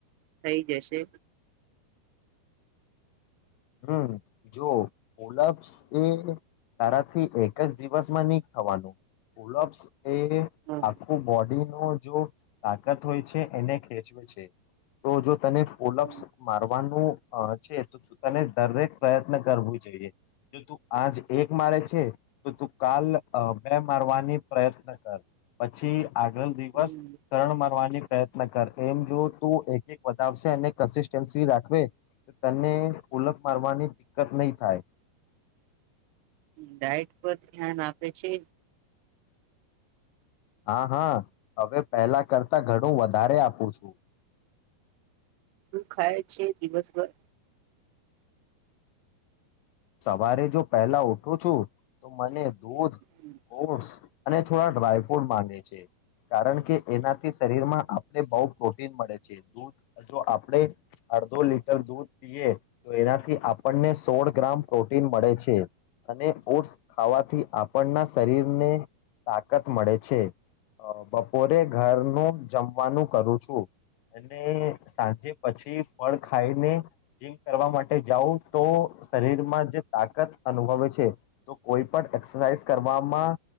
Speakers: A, on the right; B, on the left.
A: થઈ જશે
B: હમ જો‌ પુલપ્સ એ તારાથી એક જ દિવસમાં ની થવાનું પુલ્સ એ
A: હમ
B: આખું બોડી તો હોય છે એને ખેચવે છે તો જો તને પોલપ્સ
A: હમ,
B: મારવાનું અ છે. તને દરેક પ્રયત્ન કરવો જોઈએ જો તું આજ એક મારે છે. તો તું કાલ અ બે મારવાની પ્રયત્ન કર પછી આગળ દિવસ
A: હમ.
B: ત્રણ મા પ્રયત્ન કર એમ જો તુ એક એકશે કસી રાખ તને ઓલખ મારવાની દિક્કત નહીં થાય
A: ડાયટ પર ધ્યાન આપે છે.
B: હા હા હવે પહેલા કરતા ઘણું વધારે આપું છું.
A: શું ખાય છે દિવસભર
B: સવારે જો પેલા ઉઠું છું તો મને દૂધ
A: હમ,
B: ઓસ અને થોડા ડ્રાયફ્રૂટ માંગે છે. કારણ કે એનાથી શરીરમાં આપણે બઉુ પ્રોટીન મળે છે. દૂધ જો આપણે અડધો લીટર દૂધ પીએ તો એનાથી આપણને સોળ ગ્રામ પ્રોટીન મળે છે. અને ઓટ્સ ખાવાથી આપણના શરીરને તાકાત મળે છે. અ બપોરે ઘરનું જમવાનું કરું છું. અને સાંજે પછી ફળ ખાઈને જીમ કરવા માટે જાઉ તો શરીરમાં જે તાકાત અનુભવે છે. તો કોઈ પણ એક્સરસાઇઝ કરવામાં